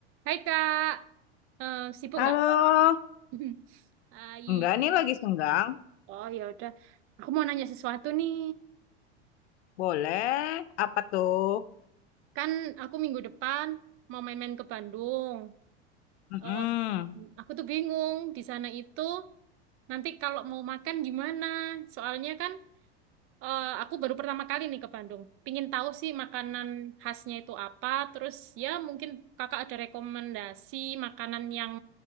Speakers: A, on the right; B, on the left.
A: Hai Kak, Eh, sibuk
B: Halo,
A: nggak? <laughs> Hai,
B: enggak nih lagi senggang.
A: Oh ya udah, aku mau nanya sesuatu nih.
B: Boleh, apa tuh?
A: Kan aku minggu depan mau main-main ke Bandung.
B: Mm-mm.
A: Eh, aku tuh bingung di sana itu nanti kalau mau makan gimana? Soalnya kan eh, aku baru pertama kali nih ke Bandung. Pingin tahu sih makanan khasnya itu apa. Terus ya mungkin kakak ada rekomendasi makanan yang